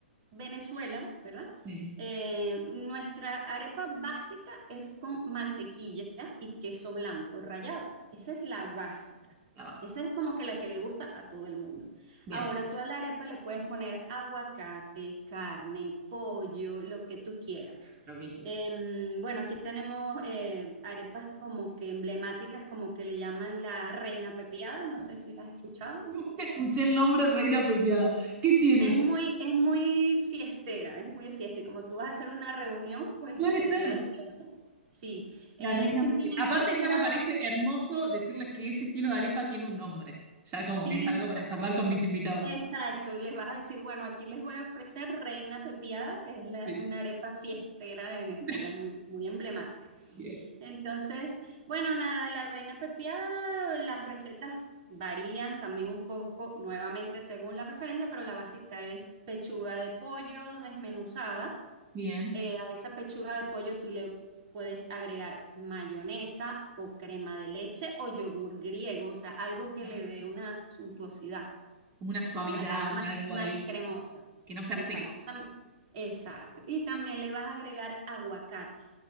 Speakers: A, on the right (about 40°); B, on the right (about 25°).
A: Venezuela, ¿verdad?
B: Sí.
A: Eh, nuestra arepa básica es con mantequilla y queso blanco rallado. Esa es la básica.
B: La base.
A: Esa es como que la que le gusta a todo el mundo.
B: Bien.
A: Ahora tú a la arepa le puedes poner aguacate, carne, pollo, lo que tú quieras.
B: lo que quieras.
A: Em, bueno, aquí tenemos eh, arepas como que emblemáticas, como que le llaman la reina pepiada, no sé si las has escuchado.
B: <laughs> Nunca escuché el nombre Reina pepiada ¿Qué tiene?
A: Es muy, es muy fiestera, es muy de fiesta. Y como tú vas a hacer una reunión, pues
B: Puede
A: te
B: ser
A: queda chévere. Sí, eh,
B: la Reina
A: simplemente
B: Pepeada. Aparte, ya
A: tú
B: me
A: vas
B: parece
A: a,
B: hermoso decirles que ese estilo de arepa tiene un nombre. Ya como
A: sí,
B: que es algo para charlar con mis invitados.
A: exacto, les vas a decir, bueno, aquí les voy a ofrecer reina pepiada, que es la-
B: Sí.
A: una arepa fiestera de Venezuela,
B: <laughs>
A: muy, muy emblemática.
B: Bien.
A: Entonces, bueno, nada, la reina pepiada, las recetas varían también un poco, nuevamente según la preferencia, pero la básica es pechuga de pollo desmenuzada
B: Bien.
A: Eh, a esa pechuga de pollo tú le puedes agregar mayonesa o crema de leche o yogur griego, o sea, algo
B: Uy,
A: que
B: qué
A: le
B: rico.
A: dé una suntuosidad,
B: Como una suavidad,
A: ¿verdad? La
B: un
A: haga
B: algo
A: más, más
B: ahí,
A: cremosa.
B: que no sea
A: Exacto.
B: seco.
A: Tam- Exacto. Y también le vas a agregar aguacate.